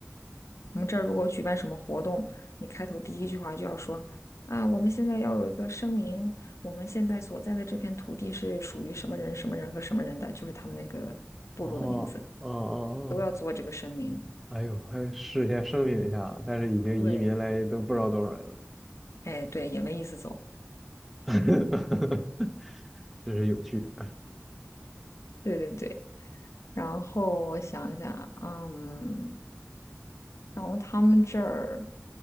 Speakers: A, on the left; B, in the centre.
A: 我们这儿如果举办什么活动，你开头第一句话就要说啊，我们现在要有一个声明，我们现在所在的这片土地是属于什么人、什么人和什么人的，就是他们那个部落的名字，
B: 哦，哦哦哦，
A: 都要做这个声明。
B: 哎呦，还事先声明一下啊，但是已经移民来都不知道多少人了，
A: 对，哎，对，也没意思走。
B: <laughs>
A: 嗯，
B: 真是有趣。
A: 对对对。然后我想想，嗯，然后他们这儿，